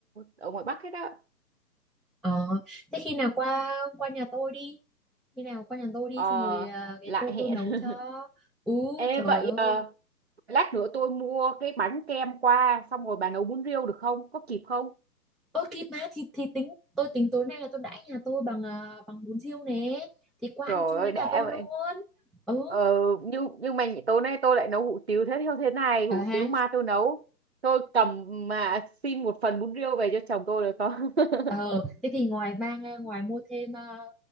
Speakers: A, on the right; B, in the centre.
A: ở ngoài Bắc hết á.
B: Ờ, thế khi nào qua qua nhà tôi đi khi nào qua nhà tôi đi
A: Ờ,
B: xong rồi ờ, cái
A: lại
B: tôi
A: hẹn.
B: tôi nấu
A: <laughs>
B: cho ú
A: Ê,
B: trời
A: vậy
B: ơi
A: ờ, lát nữa tôi mua cái bánh kem qua xong rồi bà nấu bún riêu được không? Có kịp không?
B: ơ kịp mà thì thì tính tôi tính tối nay là tôi đãi nhà tôi bằng ờ, bằng bún riêu nè thì qua
A: trời
B: ăn chung
A: ơi
B: với nhà
A: đã
B: tôi
A: vậy
B: luôn ừ
A: ờ, nhưng nhưng mà tối nay tôi lại nấu hủ tiếu thế theo thế này hủ
B: à ha
A: tiếu ma tôi nấu tôi cầm mà xin một phần bún riêu về cho chồng tôi được không <laughs>
B: Ờ, thế thì ngoài mang ngoài mua thêm ờ,